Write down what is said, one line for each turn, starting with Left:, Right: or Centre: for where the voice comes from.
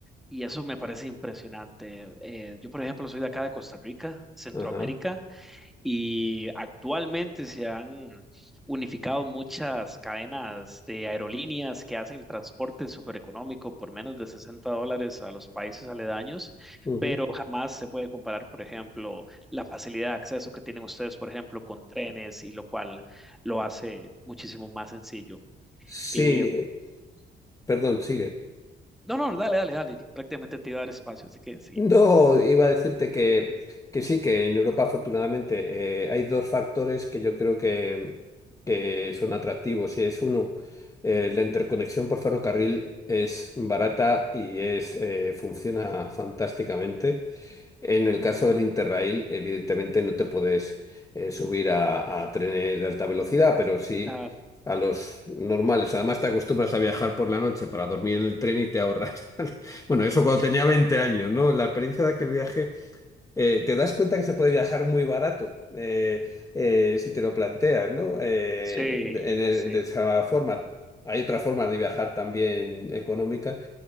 Centre: Y eso me parece impresionante. Eh, yo, por ejemplo, soy de acá de Costa Rica, Centroamérica,
Left: Ajá.
Centre: Y actualmente se han unificado muchas cadenas de aerolíneas que hacen el transporte súper económico por menos de 60 dólares a los países aledaños,
Left: ujú.
Centre: pero jamás se puede comparar, por ejemplo, la facilidad de acceso que tienen ustedes, por ejemplo, con trenes y lo cual lo hace muchísimo más sencillo.
Left: Sí,
Centre: Eh,
Left: eh, perdón, sigue.
Centre: no, no, dale, dale, dale, prácticamente te iba a dar espacio, así que sí.
Left: No, iba a decirte
Centre: <laughs>
Left: que, que sí, que en Europa afortunadamente eh, hay dos factores que yo creo que, que son atractivos. Y es uno, eh, la interconexión por ferrocarril es barata y es, eh, funciona fantásticamente. En el caso del Interrail, evidentemente no te puedes eh, subir a, a trenes de alta velocidad, pero sí
Centre: Claro.
Left: a los normales. Además, te acostumbras a viajar por la noche para dormir en el tren y te ahorras. <laughs> Bueno, eso cuando tenía 20 años, ¿no? La experiencia de aquel viaje, eh, te das cuenta que se puede viajar muy barato, eh, eh, si te lo planteas, ¿no? Eh,
Centre: Sí,
Left: de, de-
Centre: sí.
Left: de esa forma. Hay otra forma de viajar también económica